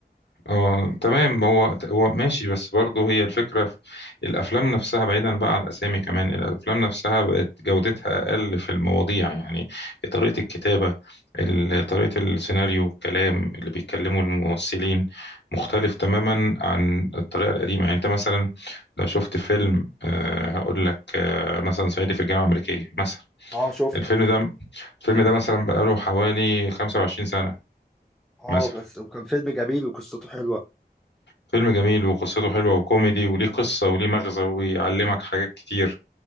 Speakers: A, on the left (about 80°); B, in the centre.
A: اه تمام هو هو ماشي بس برضه هي الفكرة في الأفلام نفسها بعيدا بقى عن الأسامي كمان الأفلام نفسها بقت جودتها أقل في المواضيع يعني طريقة الكتابة ال- طريقة السيناريو الكلام اللي بيتكلموا الممثلين مختلف تماما عن الطريقة القديمة يعني أنت مثلا لو شفت فيلم آه، هقول لك آه، مثلا صعيدي في الجامعة الأمريكية مثلا
B: اه شفته
A: الفيلم ده الفيلم ده مثلا بقاله حوالي 25 سنة
B: اه
A: مثلا
B: بس وكان فيلم جميل وقصته حلوة
A: فيلم جميل وقصته حلوة وكوميدي وليه قصة وليه مغزى ويعلمك حاجات كتير